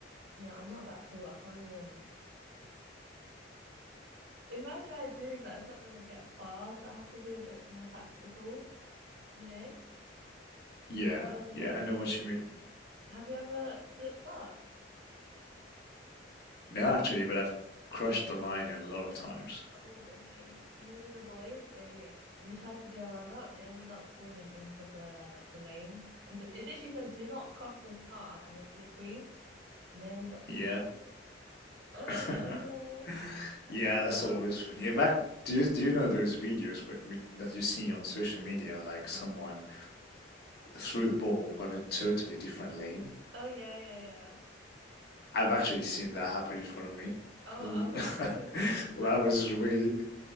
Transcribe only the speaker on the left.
Yeah,
yeah, I know what you mean.
No, actually, but I've crushed the line a lot of times.
Yeah.
<laughs>
Yeah,
that's
always funny. Back, do you do you know those videos where, with, that you see on social media, like someone threw the ball on a totally different lane.
I've actually seen that happen in front of me.
<laughs>
That
was
really,